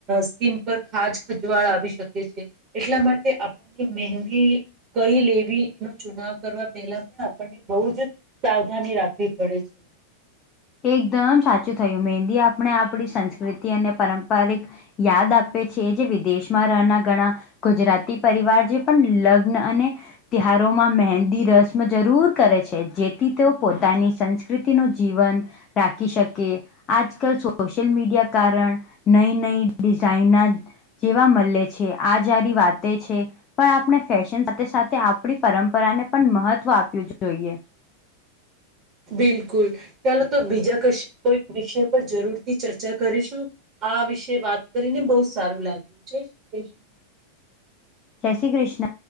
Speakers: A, on the right; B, on the left.
A: સ્કીન પર ખાજ ખજવાળ આવી શકે છે, એટલા મા તે આપણી મહેંદી. કઈ લેવી એનો ચુનાવ કરવા પહેલા પણ આપણને બહ જ. સાવધાની રાખવી પડે છે.
B: એકદમ સાચું થયું મેહેંદી આપણે આપણી સંસ્કૃતિ અને પારંપારિક. યાદ આપે છે, જે વિદેશમાં રહેના ઘણા. ગુજરાતી પરિવાર જે પણ લગ્ન અને. તિહારોમાં મહેંદી રસ્મ જરૂર કરે છે જેથી તેઓ પોતાની સંસ્કૃતિનું જીવન. <unintelligible> શકે. અજ કલ સોશલ મીડિયા કારણ નઈ નઈ ડિઝઇના. જેવા મળે છે, આ જારી વાતે છે. પણ આપણે ફેશન સાથે સાથે આપણી પરંપરાને પણ મહત્વ આપ્યું જોઈએ.
A: બિલકુલ ચાલો તો બીજા કશ કોઈ વિષય પર જરૂરથી ચર્ચા કરીશું. આ વિશે વાત કરીને બહુ સારું લાગ્યું છે, <unintelligible>
B: જય શ્રી કૃષ્ણ.